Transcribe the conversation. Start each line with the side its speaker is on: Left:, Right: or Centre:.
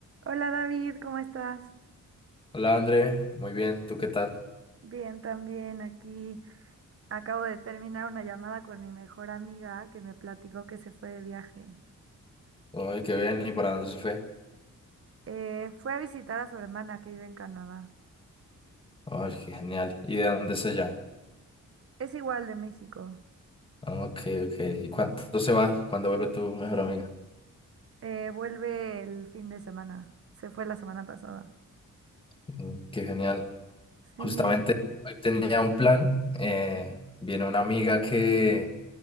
Right: Hola David, ¿cómo estás?
Left: Hola André, muy bien, ¿tú qué tal?
Right: Bien, también aquí. Acabo de terminar una llamada con mi mejor amiga que me platicó que se fue de viaje.
Left: Ay, qué bien, ¿y para dónde se fue?
Right: Eh, fue a visitar a su hermana que vive en Canadá.
Left: Ay, qué genial, ¿y de dónde es ella?
Right: Es igual de México.
Left: Ah, Ok, ok, ¿y cuánto se va? ¿Cuándo vuelve tu mejor amiga?
Right: Eh, vuelve el fin de semana. Se fue la semana pasada.
Left: Mm, Qué genial.
Right: Sí.
Left: Justamente hoy tenía un plan, eh, viene una amiga que